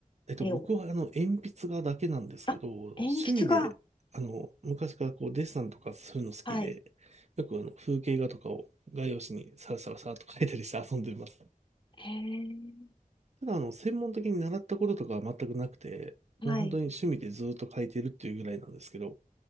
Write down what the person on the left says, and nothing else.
絵を。
あ、
鉛筆が。
はい。
へえ。
はい。